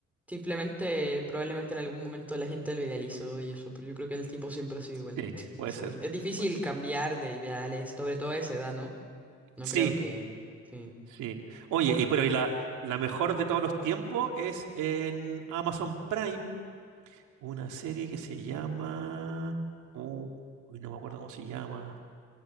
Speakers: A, in the centre; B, on the right.
A: Simplemente, probablemente en algún momento la gente lo idealizó y eso, pero yo creo que el tiempo siempre ha sido igual.
B: Sí,
A: <laughs>
B: puede
A: Sí,
B: ser,
A: es difícil
B: puede ser.
A: cambiar de ideales, sobre todo a esa edad, ¿no? No
B: Sí,
A: creo que... Sí.
B: Sí. Oye, y pero y la, la mejor de todos los tiempos es en Amazon Prime, una serie que se llama. Uy, no me acuerdo cómo se llama.